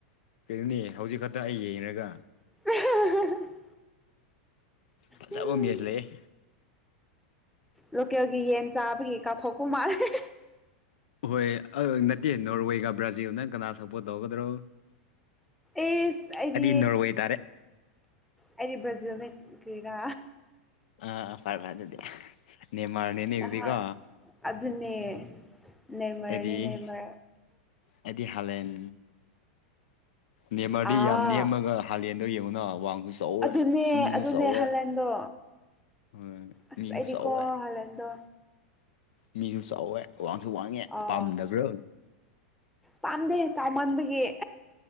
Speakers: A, on the left; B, in the centre.
A: ꯀꯩꯅꯣꯅꯤ ꯍꯧꯖꯤꯛ ꯈꯛꯇ ꯑꯩ ꯌꯦꯡꯔꯒ
B: <unintelligible>
A: ꯐꯖꯕꯣ
B: ꯎꯝ
A: ꯃꯦꯖ ꯂꯩꯌꯦꯦ
B: ꯂꯣꯀꯦꯜꯒꯤ ꯌꯦꯟ ꯆꯥꯕꯒꯤ ꯀꯥꯞꯊꯣꯛꯄ ꯃꯥꯜꯂꯦ
A: ꯍꯣꯏ ꯅꯠꯇꯦ ꯅꯣꯔꯋꯦꯒ ꯕ꯭ꯔꯥꯖꯤꯜꯅ ꯀꯅꯥ ꯁꯛꯄꯣꯔ ꯇꯧꯒꯗ꯭ꯔꯣ
B: ꯑꯦꯁ ꯑꯩꯗꯤ
A: ꯅꯣꯔꯋꯦ ꯇꯥꯔꯦ
B: ꯑꯩꯗꯤ ꯕ꯭ꯔꯥꯖꯤꯜꯅ ꯀꯔꯥ
A: ꯑ ꯐꯔꯃꯗꯗꯦ ꯅ ꯃꯥꯔꯅꯅꯦ
B: ꯅꯍꯥꯟ
A: ꯏꯗꯤꯒꯣ
B: ꯑꯗꯨꯅꯦ ꯅꯃꯔꯅꯤ
A: ꯑꯩꯗꯤ
B: ꯅꯃ
A: ꯑꯩꯗꯤ ꯍꯥꯂꯦꯟ ꯅꯦꯝꯃꯔꯗꯤ
B: ꯑꯥ
A: ꯌꯥꯝ ꯅꯦꯝꯃꯒ ꯍꯥꯂꯦꯟꯗꯣ ꯌꯦꯡꯉꯨꯅ ꯋꯥꯡꯁꯨ ꯆꯥꯎꯋꯦ
B: ꯑꯗꯨꯅꯦ
A: ꯃꯤꯁꯨ
B: ꯑꯗꯨꯅꯦ
A: ꯆꯥꯎꯋꯦ
B: ꯍꯂꯦꯟꯗꯣ
A: ꯍꯣꯏ
B: ꯑꯁ
A: ꯃꯤꯁꯨ
B: ꯑꯩꯗꯤꯀꯣ
A: ꯆꯥꯎꯋꯦ
B: ꯍꯥꯂꯦꯟꯗꯣ
A: ꯃꯤꯁꯨ ꯆꯥꯎꯋꯦ ꯋꯥꯡꯁꯨ ꯋꯥꯡꯉꯦ
B: ꯑꯥꯎ
A: ꯄꯥꯝꯗꯕ꯭ꯔꯥ
B: ꯄꯥꯝꯗꯦ ꯆꯥꯎꯃꯟꯕꯒꯤ